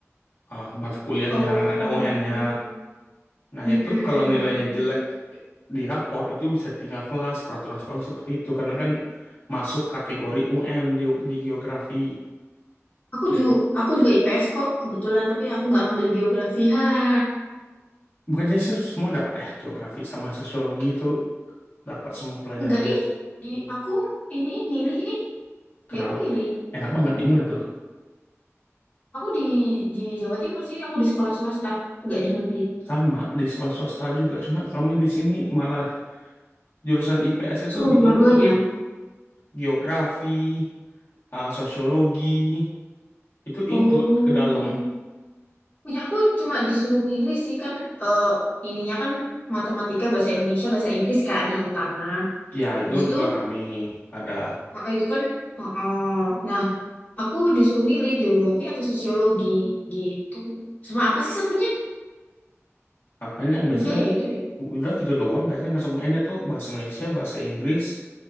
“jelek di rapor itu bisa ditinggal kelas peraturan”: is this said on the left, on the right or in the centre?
Left